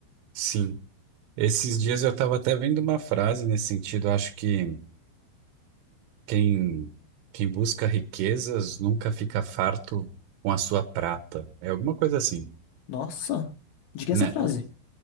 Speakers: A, on the right; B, on the left.
A: Sim. Esses dias eu estava até vendo uma frase nesse sentido. Eu acho que quem, quem busca riquezas nunca fica farto com a sua prata. É alguma coisa assim.
B: Nossa, diga
A: Né?
B: essa frase,
A: né?